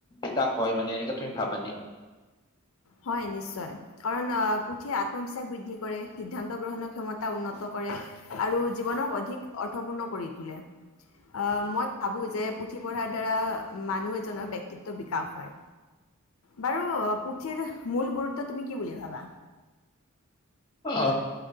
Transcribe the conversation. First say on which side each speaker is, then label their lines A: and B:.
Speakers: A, on the left; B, on the left.
A: বিকাশ হয় মানে এনেকে তুমি ভাবানে?
B: হয় নিশ্চয়। কাৰণ আহ' পুথিয়ে আত্মবিশ্বাস বৃদ্ধি কৰে, সিদ্ধান্ত গ্ৰহণৰ ক্ষমতা উন্নত কৰে। আৰু জীৱনক অধিক অৰ্থপূৰ্ণ কৰি তোলে। অ মই ভাবো যে পুথি পঢ়াৰ দ্বাৰা মানুহ এজনৰ ব্যয়ক্তিত্ব বিকাশ হয়। বাৰো পুথিৰ এটাৰ মূল গুৰুত্ব তুমি কি বুলি ভাবা?
A: অ